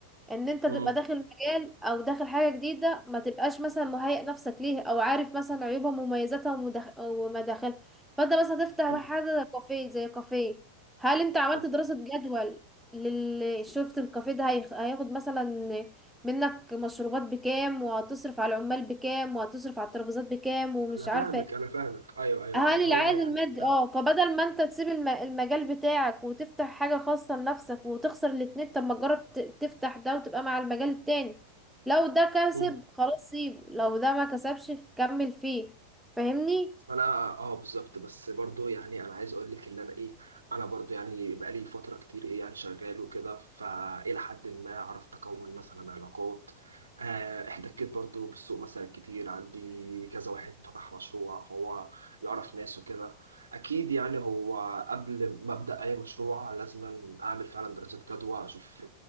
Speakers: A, in the centre; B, on the right.
A: ان انت
B: امم
A: تبقى داخل مجال او داخل حاجة جديدة ما تبقاش مثلا مهيئ نفسك ليه او عارف مثلا عيوبها ومميزاتها ومداخ- ومداخلها فانت مثلا هتفتح
B: حلو
A: حاجة زي كافيه زي كافيه هل انت عملت
B: حلو.
A: دراسة جدول للي شفت الكافيه ده هيخ- هياخد مثلا منك مشروبات بكام وهتصرف على العمال بكام وهتصرف على الترابيزات بكام ومش
B: انا
A: عارفة
B: فاهمك انا فاهمك ايوه ايوه
A: هل
B: اللي
A: العائد
B: هو يعني
A: المادي
B: احنا
A: اه فبدل ما انت تسيب الم... المجال بتاعك وتفتح حاجة خاصة لنفسك وتخسر الاتنين طب ما تجرب ت... تفتح ده وتبقى مع المجال التاني لو ده كسب
B: مم.
A: خلاص سيبه لو ده ما كسبش كمل فيه فاهمني
B: فانا اه بالظبط بس برضو يعني انا عايز اقول لك ان انا ايه انا برضو يعني بقالي فتره كتير ايه يعني شغال وكده فالى حد ما عرفت اكون مثلا علاقات آه، احتكيت برضو بالسوق مثلا كتير عندي كذا واحد فتح مشروع فهو يعرف ناس وكده اكيد يعني هو قبل ما ابدا اي مشروع لازم اعمل فعلا دراسه جدوى اشوف